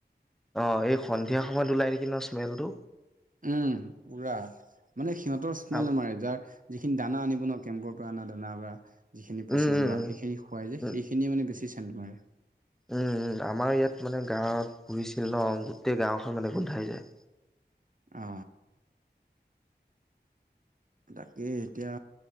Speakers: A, in the centre; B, on the right.
A: অ'! এই, সন্ধিয়া সময়ত ওলাই নেকি ন'! স্মেলটো?
B: উম! পূৰা। মানে, সিহঁতৰ স্মেল
A: উম,
B: নামাৰে। যাৰ যিখিনি দানা আনিব ন', কেম্পৰ পৰা অনা দানা বা যিখিনি পঁচি
A: উম, উম,
B: যোৱা। সেইখিনি খুৱাই যে,
A: উম,
B: সেইখিনিয়ে মানে, বেছি চেণ্ট মাৰে।
A: উম আমাৰ ইয়াত মানে গাঁৱত পুহিছিল ন গোটেই গাঁওখন মানে গোন্ধাই যায়।
B: অ তাকেই এতিয়া